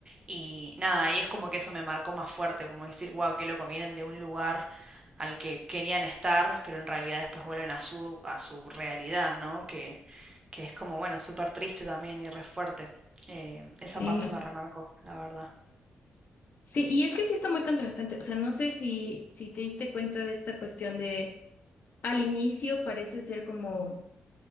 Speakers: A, on the right; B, on the left.
A: Y nada, y es como que eso me marcó más fuerte, como decir, wow, qué loco, vienen de un lugar al que querían estar, pero en realidad después vuelven a su, a su realidad, ¿no? Que, que es como, bueno, súper triste también y re fuerte. Eh, esa
B: Eh,
A: parte me remarcó, la verdad.
B: sí, y es que sí está muy contrastante. O sea, no sé si, si te diste cuenta de esta cuestión de al inicio parece ser como